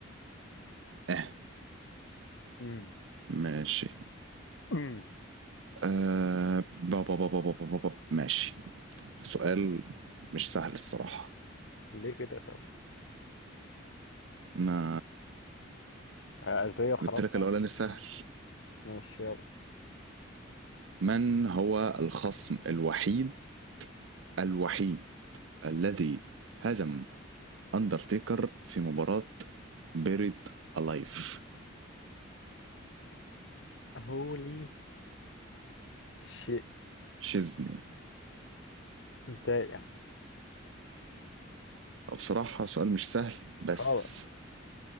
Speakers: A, on the right; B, on the left.
A: اه
B: مم.
A: ماشي
B: مم.
A: آه بابا بابا بابا بابا ماشي سؤال مش سهل الصراحة
B: ليه كده طب
A: ما
B: أزاي وخلاص
A: جبت لك الأولاني سهل
B: ماشي يلا
A: من هو الخصم الوحيد الوحيد الذي هزم أندرتيكر في مباراة بيريد ألايف
B: هولي شيء
A: شيزني
B: دائم
A: هو بصراحة سؤال مش سهل بس
B: خلاص